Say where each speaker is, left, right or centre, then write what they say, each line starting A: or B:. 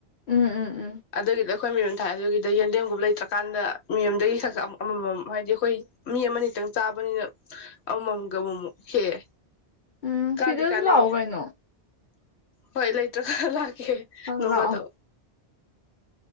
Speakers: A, on the left; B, on the left.
A: ꯎꯝ ꯎꯝ ꯎꯝ
B: ꯑꯗꯒꯤꯗ ꯑꯩꯈꯣꯏ ꯃꯌꯣꯟꯝ ꯊꯥꯏꯑ ꯑꯗꯨꯒꯤꯗ ꯌꯦꯟꯗꯦꯝꯒꯨꯝꯕ ꯂꯩꯇ꯭ꯔꯀꯥꯟꯗ ꯃꯤꯌꯨꯝꯗꯒꯤ ꯈꯛ ꯑꯃꯃꯝ ꯍꯥꯏꯗꯤ ꯑꯩꯈꯣꯏ ꯃꯤ ꯑꯃꯇꯪ ꯆꯥꯕꯅꯤꯅ ꯑꯃꯃꯝꯒ ꯑꯃꯨꯛꯃꯨꯛ ꯍꯦꯛꯑꯦ
A: ꯎꯝ
B: ꯀꯥꯟꯗꯤ
A: ꯁꯤꯗꯁꯨ
B: ꯀꯥꯟꯅꯩ
A: ꯂꯥꯛꯑꯣ ꯀꯩꯅꯣ
B: ꯍꯣꯏ ꯂꯩꯇ꯭ꯔ ꯈꯔ ꯂꯥꯛꯑꯦ ꯍꯦ ꯍꯦ
A: ꯑꯥ
B: ꯅꯣꯡꯐꯥꯗꯣꯛ
A: ꯂꯥꯛꯑꯣ